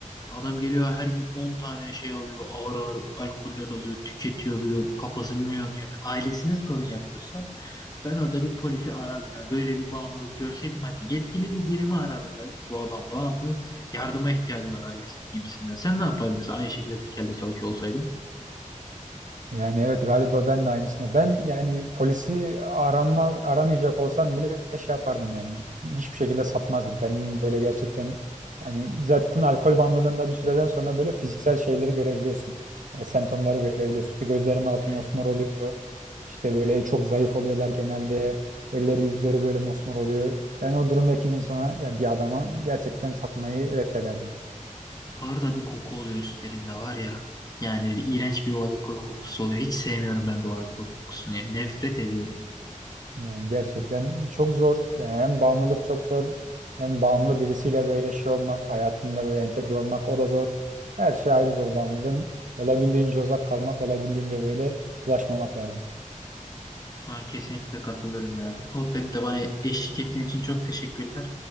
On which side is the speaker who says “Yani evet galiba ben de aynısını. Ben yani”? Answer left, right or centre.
Right